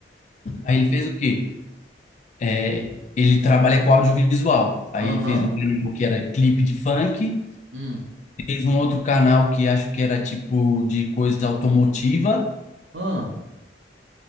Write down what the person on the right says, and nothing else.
Aham.
Hum.
Ah,